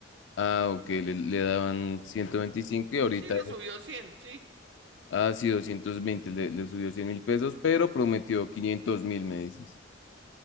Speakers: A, on the left (about 70°); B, on the right (about 65°).
A: Ah, ok, le, le daban 125 y ahorita...
B: Sí, le subió cien sí
A: Ah, sí, 220, le, le subió 100 mil pesos, pero prometió 500 mil, me dices.